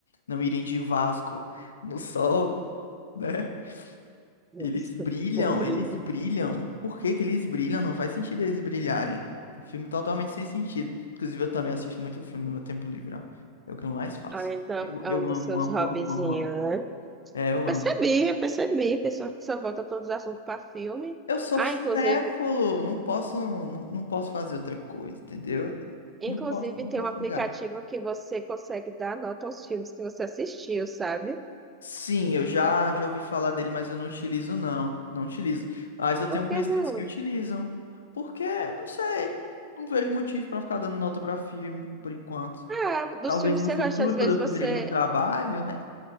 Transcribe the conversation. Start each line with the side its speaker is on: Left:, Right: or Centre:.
Left: não irem de Vasco no sol, né? Eles
Right: Desculpa,
Left: brilham,
Right: outro
Left: eles
Right: jeito.
Left: brilham. Por que que eles brilham? Não faz sentido eles brilharem. Um filme totalmente sem sentido. Inclusive, eu também assisto muito filme no meu tempo livre, ó. É o que eu mais faço.
Right: Ah, então,
Left: Eu,
Right: é
Left: eu
Right: um dos
Left: amo,
Right: seus
Left: amo,
Right: hobbyzinhos,
Left: amo, amo, amo.
Right: né?
Left: É, eu
Right: Percebi,
Left: amo.
Right: eu percebi. Pessoa que só volta todos os assuntos para filme.
Left: Eu sou
Right: Ah,
Left: cinéfilo,
Right: inclusive,
Left: não posso, não, não posso fazer outra coisa, entendeu?
Right: inclusive
Left: Não posso, não
Right: tem
Left: posso
Right: um aplicativo
Left: negar.
Right: que você consegue dar nota aos filmes que você assistiu, sabe?
Left: Sim, eu já já ouvi falar dele, mas eu não utilizo não, não utilizo. Mas eu tenho
Right: Por
Left: conhecidos
Right: que não?
Left: que utilizam. Porque, não sei, não vejo motivo pra ficar dando nota pra filme por enquanto.
Right: Ah, dos
Left: Talvez
Right: filmes
Left: no
Right: que
Left: futuro,
Right: você gosta, às vezes
Left: quando eu
Right: você
Left: fizer de um trabalho, né?